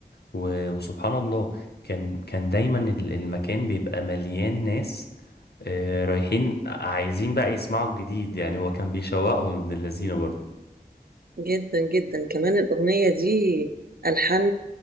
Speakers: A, on the left (about 80°); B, on the right (about 65°).
A: و- وسبحان الله كان كان دايما ال- المكان بيبقى مليان ناس آه، رايحين عايزين بقى يسمعوا الجديد يعني هو كان بيشوقهم ابن اللذينه برضه
B: جدا جدا كمان الأغنية دي ألحان